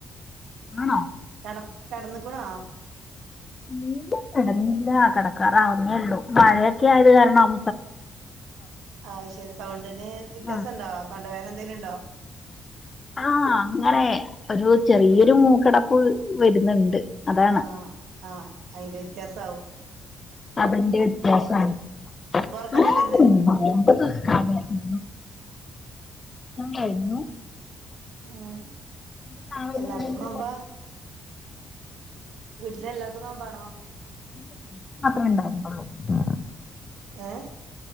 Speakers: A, on the left; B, on the right.
A: ആണോ
B: കെട കെടന്ന്ക്ക്ണോ
A: ഇല്ല <unintelligible> കെടന്നില്ല കെടക്കാറാവുന്നേ ഒള്ളൂ മഴയൊക്കെ ആയത് കാരണം
B: ആയ്ശരി സൗണ്ടിന് വിറ്റ്യാസണ്ടോ
A: ആ
B: തൊണ്ടവേന എന്തെലുണ്ടോ
A: ആഹ് അങ്ങനെ ഒരു ചെറിയൊരു മൂക്കടപ്പ് വരുന്നുണ്ട് അതാണ്
B: ആഹ് ആഹ് അയ്ന്റെ വിറ്റ്യാസാവും
A: അതെൻ്റെ വെറ്റ്യാസാണ്
B: തുറക്കലല്ലേ
A: <unintelligible>
B: ഇന്ന്
A: ന്‌ക്കാന് <inaudible> നോമ്പ് തൊറക്കലെല്ലാം കഴിഞ്ഞു
B: ആഹ്
A: മാത്രമേ
B: എല്ലാർക്കും നോമ്പ വീട്ടിലെല്ലാർക്കും നോമ്പാണോ
A: <inaudible>
B: ഏഹ്